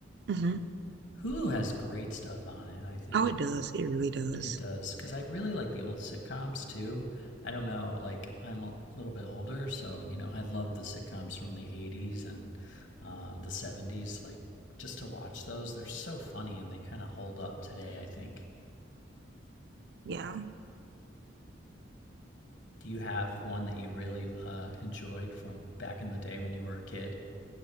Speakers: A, on the right (about 60°); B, on the left (about 70°).
A: hmm
B: Hulu has great stuff on it, I think.
A: Oh, it does. It really does.
B: It does because I really like the old sitcoms too. I don't know, like I'm a little bit older, so you know I love the sitcoms from the '80s and uh, the '70s. Like just to watch those, they're so funny and they kind of hold up today. I think.
A: Yeah.
B: Do you have one that you really uh, enjoyed from back in the day when you were a kid?